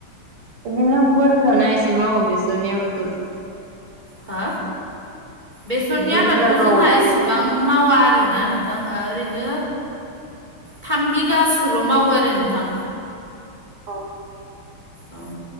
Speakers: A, on the right; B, on the right.
A: बिदिनो बुरजा ना एसे मावो बेसरनि आबादखौलाय
B: हो बेसरनि
A: बुरजा
B: आबादखौ
A: मावोना
B: जोंहा एसेबां
A: एसे
B: मावा आरोना नोंथां ओरैनो थाम बिगासोल' मावो आरो नोंथां
A: औ
B: ओं